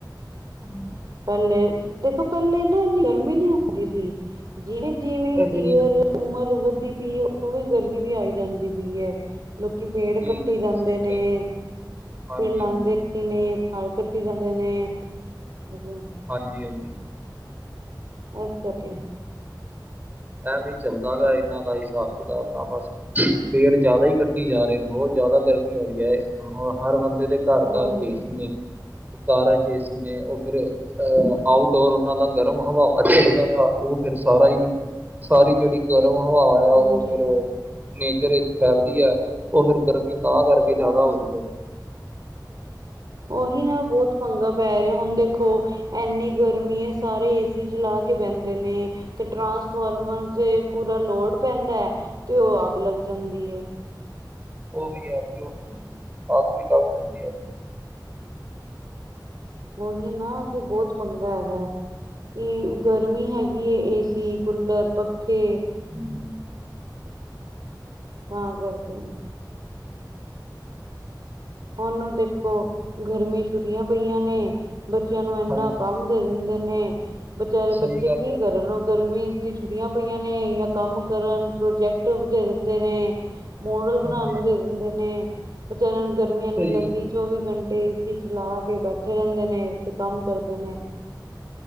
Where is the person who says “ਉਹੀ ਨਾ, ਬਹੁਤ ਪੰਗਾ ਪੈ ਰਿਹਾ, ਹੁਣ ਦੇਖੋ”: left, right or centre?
Right